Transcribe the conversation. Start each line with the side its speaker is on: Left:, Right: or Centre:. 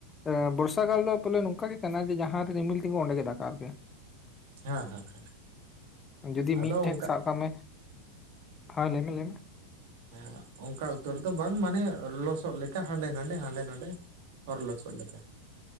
Left: ᱮ ᱵᱚᱨᱥᱟ ᱠᱟᱞ ᱫᱚ ᱯᱚᱞᱮ ᱱᱚᱝᱠᱟ ᱜᱮ ᱠᱟᱱᱟ ᱡᱮ ᱡᱟᱦᱟᱸ ᱨᱮ ᱨᱤᱢᱤᱞ ᱛᱤᱝᱜᱩ ᱱᱟ, ᱚᱸᱰᱮ ᱜᱮ ᱫᱟᱜᱼᱟᱭ ᱟᱹᱨᱠᱤ᱾
Right: ᱦᱮᱸ ᱦᱮᱸ
Left: ᱡᱩᱫᱤ
Right: ᱟᱫᱚ
Left: ᱢᱤᱫ ᱴᱷᱮᱱ
Right: ᱚᱱᱠᱟ
Left: ᱥᱟᱵᱽ ᱠᱟᱜ ᱢᱮ ᱦᱚᱸ ᱞᱟᱹᱭ ᱢᱮ, ᱞᱟᱹᱭ ᱢᱮ?
Right: ᱦᱮᱸ ᱚᱱᱠᱟ ᱩᱛᱟᱹᱨ ᱫᱚ ᱵᱟᱝ, ᱢᱟᱱᱮ ᱞᱚᱥᱚᱫ ᱞᱮᱠᱟ᱾ ᱦᱟᱸᱰᱮ ᱱᱟᱸᱰᱮ ᱦᱟᱸᱰᱮ ᱱᱟᱸᱰᱮ ᱦᱚᱨ ᱞᱚᱥᱚᱫ ᱞᱮᱠᱟ᱾